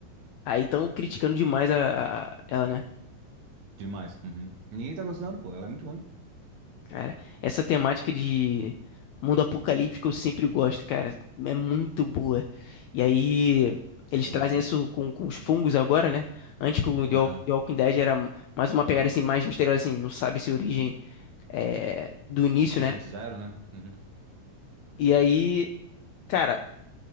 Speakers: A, on the left; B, on the right.
A: aí estão criticando demais a, a- ela, né?
B: Demais. Uhum. Ninguém tá gostando, pô. Ela é muito ruim.
A: Cara, essa temática de mundo apocalíptico eu sempre gosto, cara. É muito boa. E aí, eles
B: Eu
A: trazem
B: gosto também.
A: isso com, com os fungos agora, né? Antes que o The
B: Aham.
A: Walk- The Walking Dead era mais uma pegada assim, mais misteriosa, assim, não sabe se origem é, do início,
B: Paciente
A: né?
B: zero, né? Uhum.
A: E aí, cara,